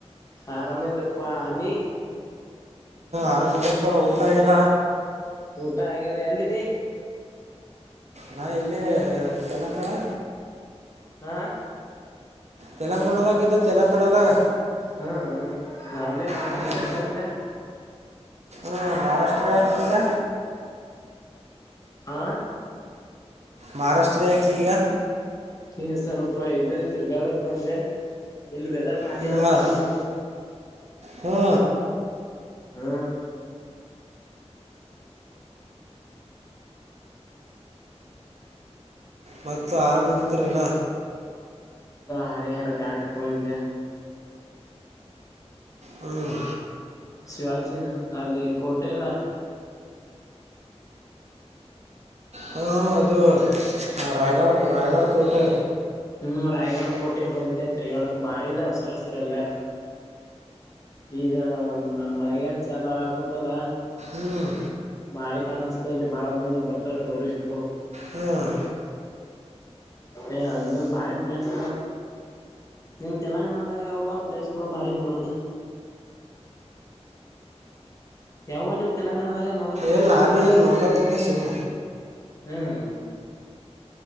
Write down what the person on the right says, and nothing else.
ಆರಾಮ ಜಪ್ಪ ಊಟ ಇಗ
ನಾ ಇಲ್ಲಿೇ ತೆಲಂಗಾಣ
ತೆಲಂಗಾಣದಾಗಿದ್ದ ತೆಲಂಗಾಣದಾಗ
ಹ್ಮ
ಹ್ಮ್ ಮಹಾರಾಷ್ಟ್ರ ಆಯ್ತು ಈಗ
ಮಹಾರಾಷ್ಟ್ರಯ ಗ
ಹಾಂ
ಹ್ಞೂ
ಮತ್ತು ಆರಾಮದಿಂದ್ರಲ್ಲ
ಹ್ಮ್
ಹಾ ಅದು ರಾಯ್ಗಡ ರಾಯಗಡ ಕೋಟೆ
ಹ್ಮ್
ಹ್ಮ್
ಎಲ್ಲ ನಾಭಿ ಅಲ್ಲಿ ನೋಡ ಮುಂದ ಸಿಮ